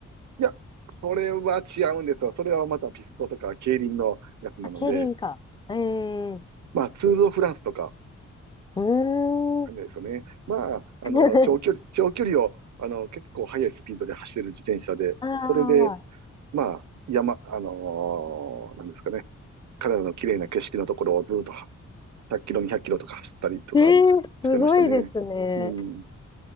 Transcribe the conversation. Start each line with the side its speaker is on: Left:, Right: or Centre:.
Right: や、それは違うんですよ。それはまたピストとか競輪のやつなので、
Left: あ、競輪か。えー、
Right: まあ、ツール・ド・フランスとか、
Left: うーん。
Right: 感じですよね。まあ、あの、
Left: <laughs>
Right: 長距離、長距離を、あの、結構速いスピードで走れる自転車で、
Left: ああ、
Right: それで、まあ、山、あのーなんですかね、彼らの綺麗な景色のところをずっと100キロ、200キロとか走ったりとかしてましたね。
Left: えー、すごいですね。
Right: うん。